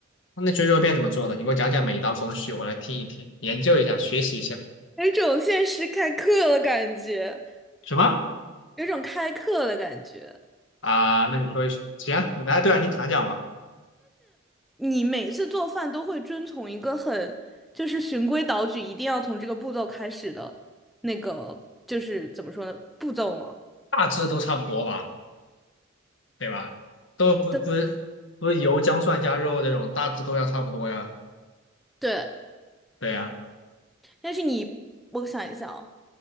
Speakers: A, on the left; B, in the centre.
A: 那水煮肉片怎么做的？你给我讲讲每一道工序，我来听一听，研究一下，学习一下。
B: 有一种现实开课的感觉，
A: 什么
B: 有一种开课的感觉。
A: 啊？那你说一说行，哎，对啊，你讲讲嘛，
B: 你每次做饭都会遵从一个很，就是循规蹈矩，一定要从这个步骤开始的那个，就是怎么说呢，步骤吗？
A: 大致都差不多吧，对吧？都不不是不是油姜蒜加肉这种，
B: 对吧
A: 大致都要差不多呀。
B: 对，
A: 对呀，
B: 但是你，我想一想啊，